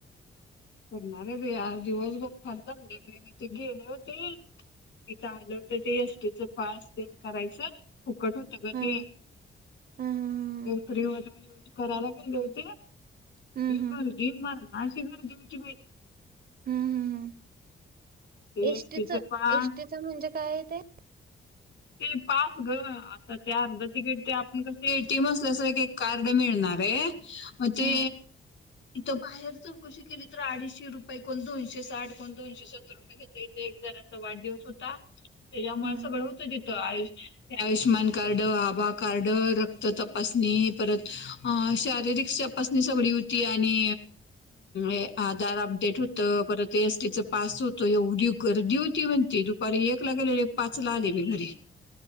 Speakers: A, on the left (about 65°); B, on the right (about 45°).
A: करणार आहे बाई आज दिवसभर खान जमले मी तेे गेले होते. इथं आले होते ते एसटीच पास ते करायचं. फुकट होत ग
B: हा
A: ते
B: हा हा ह हम्म
A: फ्री होत मगं करायला गेले होते.
B: हम्म
A: एवढी
B: हम्म
A: गर्दी मरणाची गर्दी हो कि मी
B: हम्म हम्म हम्म
A: ते
B: एष्टीच
A: एसटीच पास
B: एष्टटीच म्हणजे काय आहे ते?
A: ते पास ग आता ते अर्ध तिकीट ते आपण कस एटीम असल्यास एक कार्ड मिळणार आहे. मग ते
B: हा
A: इथं बाहेर चौकशी केली तर अडीशे रुपये, कोण दोनशे साठ, कोण दोनशे सत्तर रुपये घेतय इथे एक जणांचा वाढदिवस होता. ते यामुळे
B: हा
A: सगळं आयुष्यमान, कार्ड आभा कार्ड, रक्त तपासणी परत अ शारीरिक तपासणी सगळी होती आणि अ आधार अपडेट होत परत ए एसटीच पास होतं एवढी गर्दी होती म्हणती दुपारी एक ला गेलेले पाच ला आले. घरी